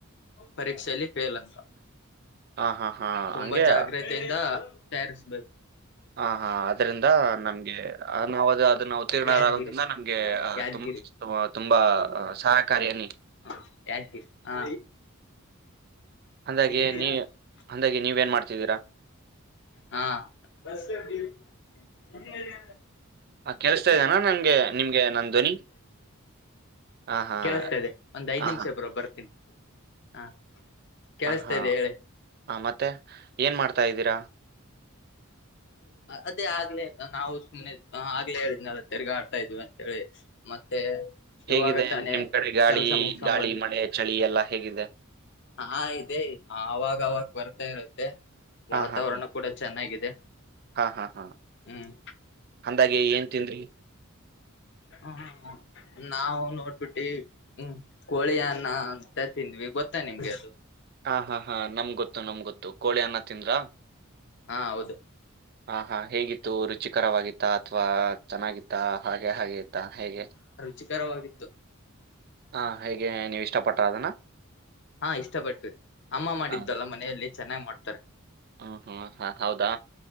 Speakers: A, on the left (about 55°); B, on the right (about 45°).
A: ಪರೀಕ್ಷೆಯಲ್ಲಿ ಫೇಲ್ ಅಂತಾ.
B: ಹಾ ಹಾ ಹಾ
A: ತುಂಬಾ
B: ಹಂಗೆ
A: ಜಾಗ್ರತೆಯಿಂದ ತಯ್ಯಾರಸ್ಬೇಕು.
B: ಆ ಹಾ ಅದ್ರಿಂದ ನಮ್ಗೆ ಅನ್ ಅವಾಜ್ <unintelligible> ಉತ್ತಿರ್ಣರಾಗೋದ್ರಿಂದ
A: ಯಾದಗಿರಿ
B: ನಮ್ಗೆ ಅಹ
A: ಯಾದಗಿರಿ
B: ತುಂಬಾ ತುಂಬಾ ಸಹಕಾರಿಯ ಅನ್ನಿ.
A: ಹ ಯಾದಗಿರಿ ಹಾ
B: ಅಂದಾಗೆ
A: ಇಂಜಿನಿಯರಿಂಗ್
B: ನೀ ಅಂದಾಗೆ ನೀವೇನ್ ಮಾಡ್ತಿದ್ದೀರಾ
A: ಹಾ ಇಂಜಿನಿಯರ್ ಅಂದ್ರೇನ
B: ಹ ಕೆಲ್ಸ್ತಾ ಇದೆನಾ ನಂಗೆ ನಿಮ್ಗೆ ನನ್ ಧ್ವನಿ. ಹಾ ಹಾ
A: ಕೆಳ್ಸ್ತಾ ಇದೆ ಒಂದ್ ಐದ್
B: ಹಾ
A: ನಿಮಿಷ ಬ್ರೋ ಬರ್ತೀನಿ. ಹಾ ಕೇಳಿಸ್ತಾ
B: ಆ ಹಾ
A: ಇದೆ ಹೇಳಿ
B: ಆ ಮತ್ ತ್ತೆ ಏನ್ ಮಾಡ್ತಾ ಇದಿರಾ.
A: ಅದೇ ಆಗ್ಲೇ ನಾವು ಸುಮ್ನೆ ಆಗ್ಲೇ ಹೇಳಿದ್ನಲ್ಲ ತಿರ್ಗ ಆಡ್ತಾ ಇದ್ವಿ ಅಂತೇಳಿ ಮತ್ತೆ
B: ಹೇಗಿದೆ
A: ಇವಾಗ ತಾನೇ
B: ನಿಮ್ ಕಡೆ ಗಾಳಿ
A: ಕೆಲ್ಸ ಮುಗಸ್ಕೊಂಡ್
B: ಗಾಳಿ ಮಳೆ ಚಳಿ ಎಲ್ಲಾ ಹೇಗಿದೆ
A: ಆಹಾ ಇದೆ ಅವಾಗ್ ಅವಾಗ ಬರ್ತಾ ಇರುತ್ತೆ.
B: ಹಾ
A: ವಾತಾವರಣ
B: ಹಾ
A: ಕೂಡ ಚೆನ್ನಾಗಿದೆ.
B: ಹಾ ಹಾ ಹಾ
A: ಹ್ಮ್
B: ಅಂದಾಗೆ ಏನ್ ತಿನ್ರಿ
A: ಹ್ಮ ನಾವು ನೋಡ್ಬಿಟ್ಟಿ ಹ್ಮ ಕೋಳಿಯನ್ನ ಅಂತ ತಿಂದ್ವಿ ಗೊತ್ತಾ ನಿಮ್ಗೆ ಅದು.
B: ಹಾ ಹಾ ಹಾ ನಮ್ ಗೊತ್ತು ನಮ್ ಗೊತ್ ತು ಕೋಳಿ ಅನ್ನಾ ತಿಂದ್ರಾ.
A: ಹಾ ಹೌದು
B: ಹಾ ಹಾ ಹೇಗಿತ್ತು ರುಚಿ. ಕರವಾಗಿತ್ತ ಅಥವಾ ಚೆನ್ನಾಗಿತ್ತಾ ಹಾಗೆ ಹಾಗೆ ತ್ತಾ ಹೇಗೆ
A: ಚಿಕರವಾಗಿತ್ತು.
B: ಹಾ ಹೇಗೆ ನೀವ ಇಷ್ಟ ಪಟ್ರ ಅದನ್ನ
A: ಹಾ ಇಷ್ಟಪಟ್ವಿ ಅಮ್ಮಾ ಮಾಡಿದ್ದಲ್ಲಾ
B: ಹಾ.
A: ಮನೆಯಲ್ಲಿ. ಚೆನ್ನಾಗ್ ಮಾಡ್ತಾರೆ
B: ಹ್ಮ್ ಹ್ಮ್ ಹ ಹೌದಾ